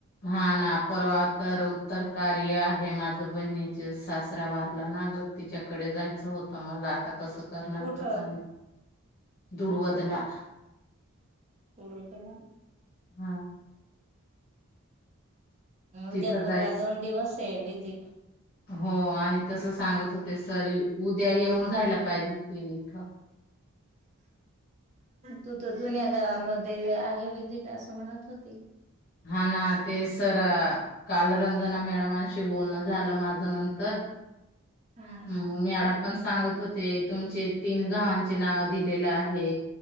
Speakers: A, on the left (about 50°); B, on the right (about 30°).
A: हा ना परवा तर उत्तर कार्य आहे, माझ बहिणीचे सासरा वारला ना. ग तिच्याकडे जायचं होत, मला आता कसं. करणार
B: कुठ
A: कस दुडवदला.
B: पूर्वतला.
A: हा. तिथं
B: उदयपूरवा
A: जायच.
B: दोन दिवस आहे विजिट.
A: हो आणि तस सांगत होते सर उद्या येऊन जायला पाहिजे इथं <unintelligible>
B: तू तर जुन्या गावामध्ये आहे विजिट. त्यास मनात होती.
A: हा ना ते सर कालरं. मॅडमांशी बोलणं झालं माझ नंतर.
B: हो
A: ह मॅडम पण सांगत होते, तुमचे तीन गावांचे नाव दिलेलं आहे.